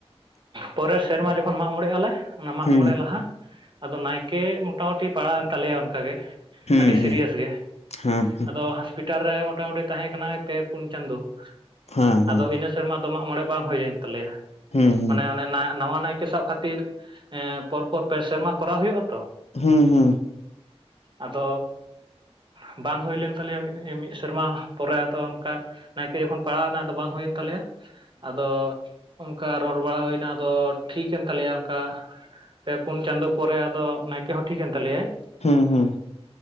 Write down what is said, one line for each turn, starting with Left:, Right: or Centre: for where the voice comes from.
Right: ᱯᱚᱨᱮᱨ ᱥᱮᱨᱢᱟ ᱡᱚᱠᱷᱚᱱ ᱢᱟᱜ ᱢᱚᱬᱮᱜᱼᱟᱞᱮ ᱚᱱᱟ ᱢᱟᱜ
Left: ᱦᱩᱸ
Right: ᱢᱚᱬᱮ ᱞᱟᱦᱟ ᱟᱫᱚ ᱱᱟᱭᱠᱮ ᱢᱚᱴᱟᱢᱩᱴᱤ ᱯᱟᱲᱟᱣᱮᱱ ᱛᱟᱞᱮᱭᱟ ᱚᱱᱠᱟᱜᱮ
Left: ᱦᱩᱸ
Right: ᱟᱰᱤ
Left: ᱦᱩᱸ
Right: ᱥᱤᱨᱤᱭᱟᱥ ᱜᱮ
Left: ᱦᱮᱸ
Right: ᱟᱫᱚ ᱦᱟᱥᱯᱤᱴ ᱴᱟᱨᱮ ᱢᱚᱴᱟᱢᱩᱴᱤ ᱛᱟᱦᱮᱸ ᱠᱟᱱᱟᱭ ᱯᱮ ᱯᱩᱱ ᱪᱟᱸᱫᱚᱳ
Left: ᱦᱮᱸ ᱦᱮᱸ
Right: ᱟᱫᱚ ᱤᱱᱟᱹ ᱥᱮᱨᱢᱟ ᱫᱚ ᱢᱟᱜ ᱢᱚᱬᱮ ᱵᱟᱝ ᱦᱩᱭᱮᱱ ᱛᱟᱞᱮᱭᱟ
Left: ᱦᱩᱸ
Right: ᱢᱟᱱᱮ ᱚᱱᱮ ᱚᱱᱮ ᱱᱟᱣᱟ ᱱᱟᱭᱠᱮ ᱥᱟᱵ ᱠᱷᱟᱹᱛᱤᱨ ᱮ ᱯᱚᱨ ᱯᱚᱨ ᱯᱮ ᱥᱮᱨᱢᱟ ᱠᱚᱨᱟᱣ ᱦᱩᱭᱩᱜ ᱟᱛᱚ
Left: ᱦᱩᱸ ᱦᱩᱸ
Right: ᱟᱫᱚ ᱦᱩᱸᱵᱟᱝ ᱦᱩᱭ ᱞᱮᱱ ᱛᱟᱞᱮᱭᱟ ᱢᱤᱫ ᱥᱮᱨᱢᱟ ᱯᱚᱨᱮ ᱟᱫᱚ ᱚᱱᱠᱟ ᱱᱟᱭᱠᱮ ᱡᱚᱠᱷᱚᱱ ᱯᱟᱲᱟᱣ ᱮᱱᱟ ᱟᱫᱚ ᱵᱟᱝ ᱦᱳᱭᱮᱱ ᱛᱟᱞᱮᱭᱟ ᱟᱫᱚ ᱚᱱᱠᱟ ᱨᱚᱨ ᱵᱟᱲᱟ ᱦᱩᱭᱱᱟ ᱟᱫᱚ ᱴᱷᱤᱠᱮᱱ ᱛᱟᱞᱮᱭᱟ ᱚᱱᱠᱟ ᱯᱮ ᱯᱩᱸᱱ ᱪᱟᱫᱳ ᱯᱚᱨᱮ ᱟᱫᱚ ᱱᱟᱭᱠᱮ ᱦᱚᱸ ᱴᱷᱤᱠᱮᱱ ᱛᱟᱞᱮᱭᱟᱭ
Left: ᱦᱩᱸ ᱦᱩᱸ